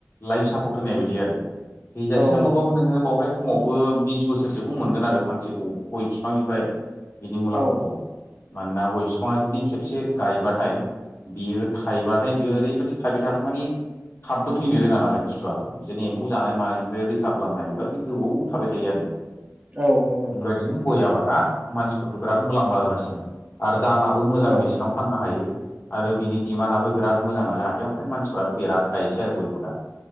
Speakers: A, on the left; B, on the right.
A: लाइफ सापर्ट होनाय बायदि आरो थैजासे
B: औ
A: नङाबो
B: नोंथां
A: नोङो बावहाय खमावबो बिस बोसोरसोखौ मोनगोन आरो फांसे गय बिफांनिफ्राय बिनि मुलाम्फाखौ।
B: औ
A: मानोना गय बिफाङा जुदि खेबसे गायबाथाय बियो थाइबाथाय बियो ओरैबायदि थायबाय थागोन माने थाबबो फैनो रोङा नालाय बुस्थुआ बिदिनो एम्फौ जानाय मानायनिफ्राय रैखा खालामनो हायोबा बे गोबाव थाबाय थायो आरो
B: औ नंगौ नोंथां
A: बेबायदिनो
B: थारैनो
A: गय आबादा मानसिफोरखौ बिराद मुलाम्फा होगासिनो। आरो दामाबो मोजां
B: औ
A: बेसेनाव फाननो हायो आरो बिनि डिमान्डआबो बिराद मोजां नालाय हाथायाव ओंखायनो मानसिफ्रा बिराद गायसै आरो बय